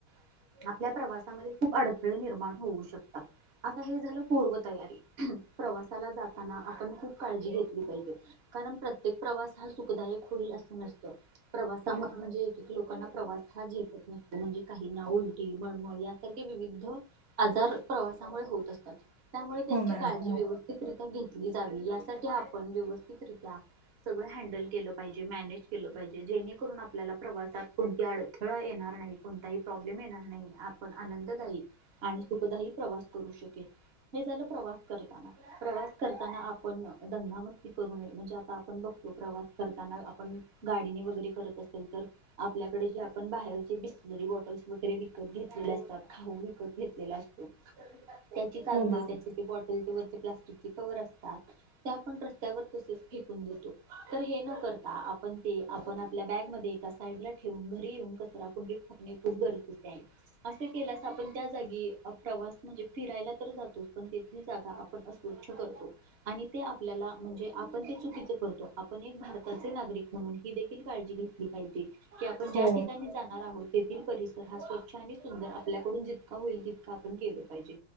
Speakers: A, on the right; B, on the right.
A: - आपल्या प्रवासामध्ये खूप अडथळे निर्माण होऊ शकतात आता हे झालं पूर्वतयारी प्रवासाला जाताना आपण खूप काळजी घेतली, पाहिजे कारण प्रत्येक प्रवास हा सुखदायक. होईल असं नसत प्रवास. म्हणजे एकक लोकांना प्रवास हा झेपत नसतो म्हणजे काहीना उलटी मळमळ यासारखे विविध व आजार प्रवासामुळे होत असतात त्यामुळे त्यांची
B: हो मॅम
A: काळजी
B: हो
A: व्यवस्थित घेतली जावी यासाठी आपण व्यवस्थितरित्या सगळ हँडल केलं. पाहिजे मॅनेज केलं पाहिजे जेणेकरून आपल्याला प्रवासात कोणती अडथळा येणार नाही. प्रॉब्लेम येणार नाही आपण आनंददायी आणि सुखदायी प्रवास करु शकेल हे झालं. प्रवास करता प्रवास करताना आपण दंगा मस्ती करू नये म्हणजे. आपण बघतो प्रवास. करताना आपण गाडीने वगैरे करत असेल तर आपल्याकडे जे आपण बाहेरचे बिसलरी बॉटल वगैरे विकत घेतलेले असतात खाऊ विकत घेतलेला असतो. त्याची कागद
B: हो मॅम
A: त्याचे ते बॉटल. किंवा प्लास्टिकचे कव्हर असतात आपण रस्त्यावर तसेच फेकून देतो. तर हे न करता आपण ते आपण आपल्या बॅगमध्ये एका साईडला ठेवून घरी येऊन कचराकुंडी टाकने खूप गरजेचं
B: <inaudible>
A: असे केल्यास आपण त्या जागी प्रवास म्हणजे फिरायला तर जातो पण तेथली जागा आपण स्वच्छ करतो आणि ते आपल्याला म्हणजे आपण ते चुकीच करतो. आपण भारताचे नागरिक म्हणून ही देखील काळजी घेतली पाहिजे की आपण
B: हो
A: ज्या ठिकाणी जाणार आहोत ते. परिसर हा स्वच्छ आणि सुंदर आपल्याकडून जितका होईल तितका आपण केलं पाहिजे.